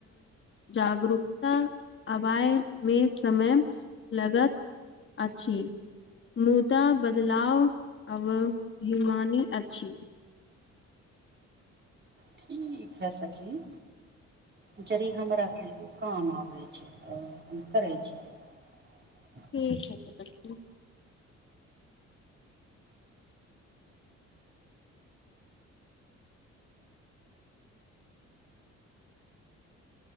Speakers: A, on the left (about 40°); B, on the right (about 35°).
A: जागरूकता आबए मे समय लगत अछि मु बदलाव अब हिमानी अछि
B: ठीक है सखी जड़ि हमरा के एगो काम आबै छै तऽ हम करै छियै <inaudible>
A: ठीक हइ बहिन